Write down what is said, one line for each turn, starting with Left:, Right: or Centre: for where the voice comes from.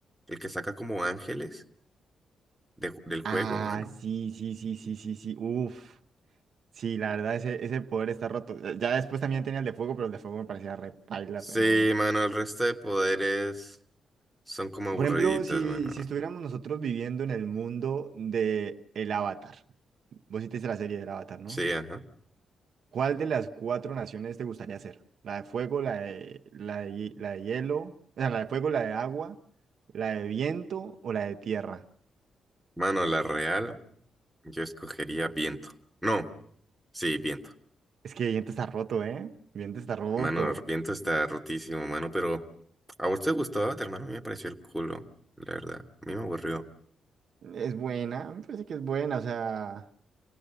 Centre: El que saca como ángeles de ju- del juego,
Right: Ah,
Centre: mano.
Right: sí, sí, sí, sí, sí, sí. Uf. Sí, la verdad, ese, ese poder está roto. Eh, Ya después también tenía el de fuego, pero el de fuego me parecía re paila,
Centre: Sí,
Right: re enorme.
Centre: mano, el resto de poderes son como aburriditos,
Right: Por ejemplo, si,
Centre: mano.
Right: si estuviéramos nosotros viviendo en el mundo de el Avatar. Vos sí te hiciste la serie del Avatar, ¿no?
Centre: Sí, ajá.
Right: ¿Cuál de las cuatro naciones te gustaría ser? ¿La de fuego, la de, la de, hie- la de hielo? O sea, la de fuego, la de agua, la de viento o la de tierra.
Centre: Mano, la real, yo escogería viento. No, sí, viento.
Right: Es que viento está roto, ¿eh? Viento está roto.
Centre: Mano, Arrepiento está rotísimo, mano, pero a vos te gustó Avatar, mano, a mí me pareció el culo, la verdad. A mí me aburrió.
Right: Es buena, me parece que es buena, o sea,